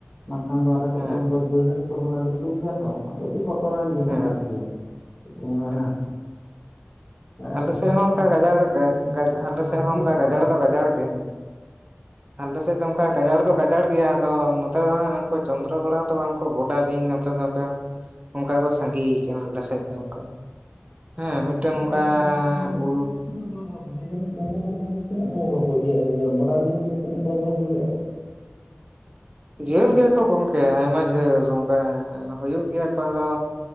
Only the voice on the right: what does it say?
ᱦᱮᱸ
ᱦᱮᱸ
ᱦᱮᱸ ᱟᱞᱮ
ᱥᱮᱫ ᱦᱚᱸ ᱚᱝᱠᱟ
ᱜᱟᱡᱟᱲ
ᱟᱞᱮ
ᱥᱮᱫ
ᱦᱚᱸ ᱚᱱᱠᱟ
ᱜᱟᱡᱟᱲ
ᱫᱚ ᱜᱟᱡᱟᱲ ᱜᱮ,
ᱟᱞᱮᱥᱮᱫ ᱫᱚ ᱚᱱᱠᱟ ᱜᱟᱡᱟᱲ ᱫᱚ ᱜᱟᱡᱟᱲ ᱜᱮᱭᱟ ᱟᱫᱚ ᱱᱚᱛᱮ ᱫᱚ ᱦᱟᱸᱜ ᱩᱱᱠᱩ ᱪᱚᱱᱫᱽᱨᱚ ᱜᱚᱲᱟ ᱛᱚ ᱵᱟᱝ ᱠᱚ ᱵᱚᱰᱟ ᱵᱤᱧ ᱱᱚᱛᱮ ᱫᱚ ᱠᱟ ᱚᱱᱠᱟ ᱠᱚ ᱥᱟᱸᱜᱤ ᱠᱟᱱᱟ ᱟᱞᱮ ᱥᱮᱫ ᱫᱚ ᱚᱱᱠᱟ᱾ ᱦᱮᱸ ᱢᱤᱫᱴᱮᱱ
ᱱᱚᱝᱠᱟ
ᱩ
ᱡᱷᱟᱹᱞ ᱜᱮᱭᱟ ᱠᱚ ᱜᱚᱝᱠᱮ ᱟᱭᱢᱟ ᱡᱷᱟᱹᱞ ᱚᱝᱠᱟ ᱦᱩᱭᱩᱜ ᱜᱮᱭᱟ ᱠᱚ ᱟᱫᱚ